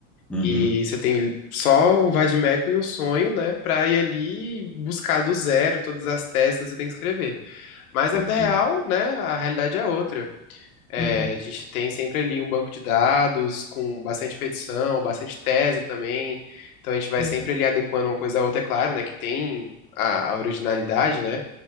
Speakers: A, in the centre; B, on the left.
A: uhum.
B: E você tem só um vade-mecum e um sonho, né? Pra ir ali e buscar do zero todas as teses que você tem que escrever. Mas na
A: Entendi.
B: vida real, né? A realidade é outra. É,
A: Uhum,
B: a gente tem sempre ali um banco de dados com bastante petição, bastante tese também. Então a gente vai
A: uhum.
B: sempre ali adequando uma coisa à outra, é claro, né? Que tem a, a originalidade, né?